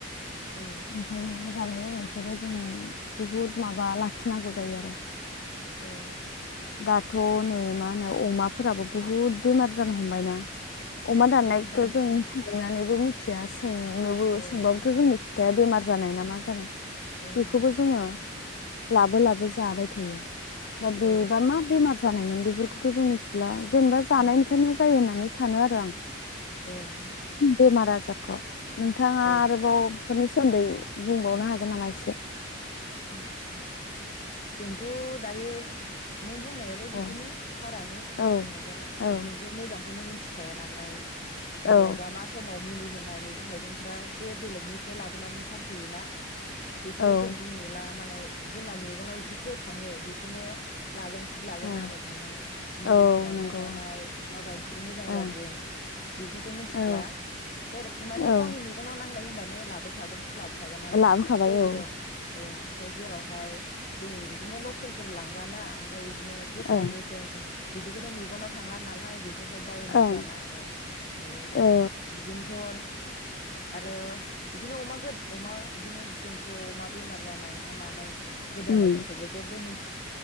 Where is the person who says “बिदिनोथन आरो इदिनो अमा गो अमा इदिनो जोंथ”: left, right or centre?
Left